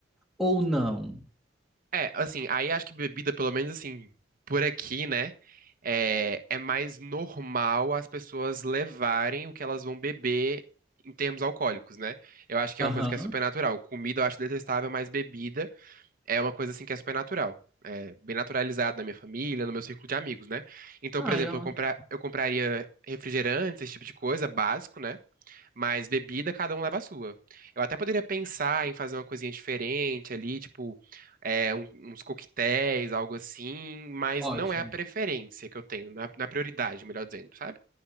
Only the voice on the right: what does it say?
É, assim, aí acho que bebida, pelo menos assim, por aqui, né? É, é mais normal as pessoas levarem o que elas vão beber em termos alcoólicos, né? Eu acho que
é uma coisa que é super natural. Comida eu acho detestável, mas bebida. é uma coisa assim que é super natural. É bem naturalizado na minha família, no meu círculo de amigos, né? Então,
por exemplo,
eu compra... eu compraria refrigerantes, esse tipo de coisa, básico, né? Mas bebida, cada um leva a sua. Eu até poderia pensar em fazer uma coisinha diferente ali, tipo, é, um- uns coquetéis, algo assim, mas
não é a preferência que eu tenho, na, prioridade, melhor dizendo, sabe?